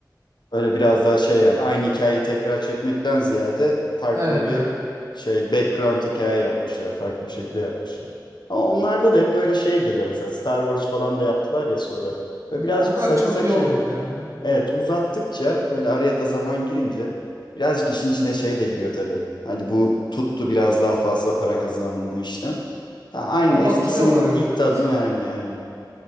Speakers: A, on the left (about 70°); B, on the right (about 45°).
A: Öyle biraz daha şey yani aynı hikayeyi tekrar çekmekten ziyade farklı
B: Evet
A: bir
B: evet
A: şey background hikaye yapmışlar. Farklı bir şekilde yapmışlar. Ama onlarda da hep böyle şey geliyor mesela Star Wars falan da yaptılar ya sonra. Ve birazcık
B: onlar
A: sakıza
B: çok iyi
A: çevirip
B: olmadı ya.
A: evet uzattıkça böyle araya da zaman girince birazcık işin içine şey de giriyor tabii. Hadi bu tuttu biraz daha fazla para kazanalım bu işten. Ta aynı
B: Ya
A: eskisinin
B: batırıyorlar eninde.
A: ilk tadını vermiyor aynı.